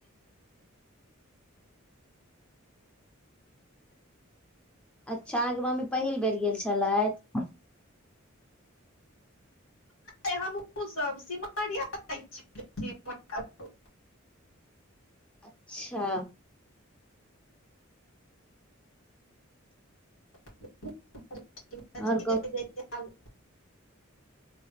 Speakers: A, in the centre; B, on the left (about 70°).
A: अच्छा अहाँके मम्मी पहिल बेर गेल छलथि।
B: हमहुँ सब सिमरिया जा छै एम्हरका लोक।
A: अच्छा!
B: <unintelligible>
A: आओर कहू